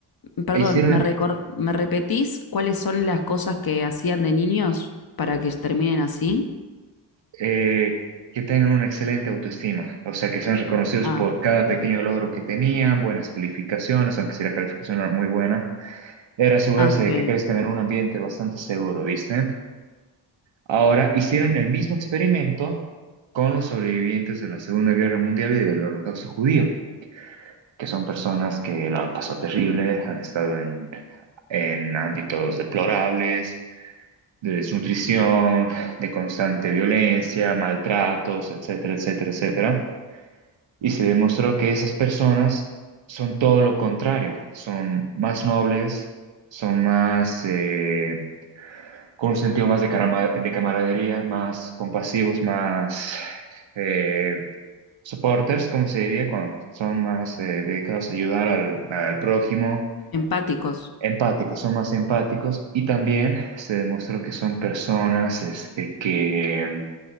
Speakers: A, on the left (about 45°); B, on the right (about 65°).
A: perdón,
B: hicieron
A: ¿me, recor- ¿me repetís cuáles son las cosas que hacían de niños para que terminen así?
B: eh, que tengan una excelente autoestima, o sea, que sean reconocidos
A: Ah,
B: por cada pequeño logro que tenían, buenas calificaciones, aunque si la calificación no era muy buena, era asegurarse
A: ah ok.
B: de que crezcan en un ambiente bastante seguro, ¿viste? Ahora hicieron el mismo experimento con los sobrevivientes de la Segunda Guerra Mundial y del Holocausto judío, que son personas que la han pasado terrible, han estado en, en ámbitos deplorables, de desnutrición, de constante violencia, maltratos, etcétera, etcétera, etcétera. Y se demostró que esas personas son todo lo contrario, son más nobles, son más... eh, con un sentido más de, carama- de camaradería, más compasivos, más eh, supporters, como se diría, cuando son más eh, dedicados a ayudar al, al prójimo,
A: Empáticos.
B: empáticos, son más empáticos y también se demostró que son personas este, que